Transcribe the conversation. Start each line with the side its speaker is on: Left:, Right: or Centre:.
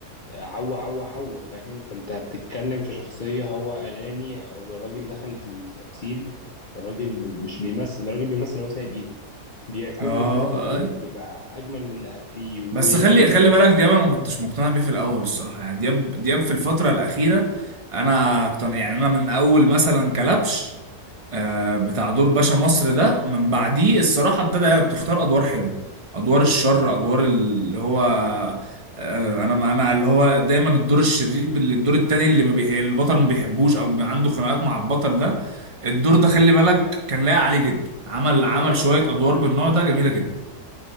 Left: عو عو عو فاهم فانت بتتكلم في شخصية هو أغاني أو الراجل دخل التمثيل الراجل بي- مش بيمثل الراجل بيمثل هو سايب إيده بي- كل
Right: اه
Left: دور ودور
Right: آه.
Left: بيبقى أجمل من اللي قبليه ويغني
Right: بس خلي خلي
Left: في القصة
Right: بالك دياب انا ما كنتش مقتنع بيه في الاول الصراحة يعني دياب دياب في الفترة الاخيرة انا اقتنع يعني انا من اول مثلا كلبش آه، بتاع دور باشا مصر ده من بعديه الصراحة ابتدى بتختار أدوار حلوة أدوار الشر أدوار اللي هو آه، أنا أنا اللي هو دايما الدور الشرير بال- الدور التاني اللي ما بيح... البطل ما بيحبوش أو عنده خناقات مع البطل ده الدور ده خلي بالك كان لايق عليه جدا عمل عمل
Left: أيوه
Right: شوية
Left: آه،
Right: أدوار بالنوع
Left: آه.
Right: ده جميلة جدا